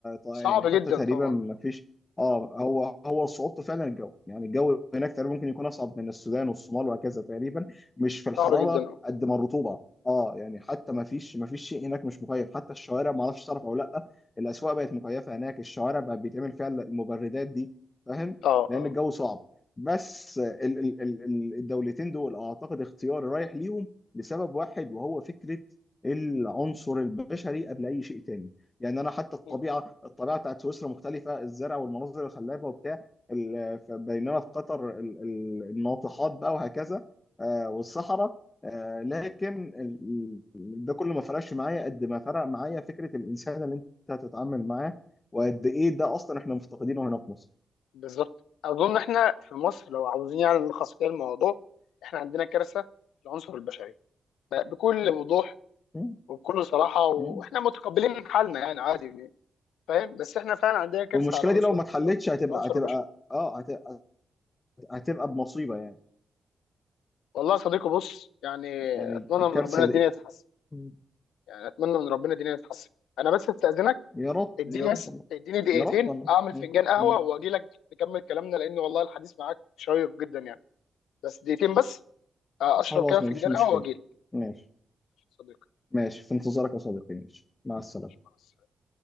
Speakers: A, on the left; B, on the left.
A: يعني
B: صعب
A: حتى
B: جدا
A: تقريبا
B: طبعا
A: ما فيش اه هو هو صعوبته فعلا الجو يعني الجو هناك تقريبا ممكن يكون اصعب من السودان والصومال وهكذا تقريبا مش في الحراره
B: صعب جدا اه
A: قد ما الرطوبه اه يعني حتى ما فيش ما فيش شيء هناك مش مكيف حتى الشوارع ما اعرفش تعرف او لا الاسواق بقت مكيفه هناك الشوارع بقى بيتعمل فيها المبردات دي فاهم
B: اه
A: لان
B: اه
A: الجو صعب بس ال ال ال ال- الدولتين دول اعتقد اختياري رايح ليهم لسبب واحد وهو فكره العنصر البشري قبل اي شيء تاني يعني انا حتى الطبيعه
B: مم.
A: الطبيعه بتاعت سويسرا مختلفه الزرع والمناظر الخلابه وبتاع ال- ف- بينما في قطر ال- ال- الناطحات بقى وهكذا آه، والصحراء
B: مم.
A: آه، لكن ال- ال- ده كله ما فرقش معايا قد ما فرق معايا فكره الانسان اللي انت هتتعامل معاه وقد ايه ده اصلا احنا مفتقدينه هنا في مصر
B: بالظبط اظن احنا في مصر لو عاوزين يعني نلخص كده الموضوع احنا عندنا كارثه في العنصر البشري ب- بكل وضوح
A: م-
B: وبكل صراحه واحنا
A: م.
B: متقبلين حالنا يعني عادي يعني، فاهم بس احنا فعلا عندنا كارثه
A: والمشكله
B: على العنصر
A: دي لو ما اتحلتش
B: في
A: هتبقى
B: العنصر
A: هتبقى
B: البشري
A: اه هت- هت- هتبقى بمصيبه يعني
B: والله يا صديقي بص يعني
A: يعني
B: اتمنى
A: الكارثه
B: من ربنا الدنيا
A: دي
B: تتحسن
A: م.
B: يعني اتمنى من ربنا الدنيا تتحسن انا بس استاذنك
A: يا رب
B: اديني
A: يا رب
B: بس
A: الله
B: اديني دقيقتين
A: يا رب الله
B: اعمل
A: م-
B: فنجان قهوه
A: م.
B: واجي لك نكمل كلامنا لان والله الحديث معاك شيق جدا يعني بس دقيقتين بس آه، اشرب
A: خلاص
B: كده فنجان
A: ما فيش مشكله
B: قهوه واجي لك
A: ماشي
B: صديقي
A: ماشي في انتظارك يا صديقي ماشي مع السلامه
B: مع السلامة.